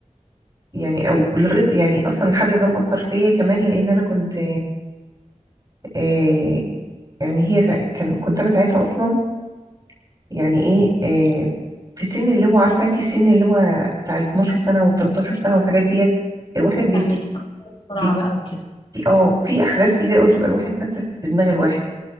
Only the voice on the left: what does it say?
فاهمك بقى بسرعة
بقى وكده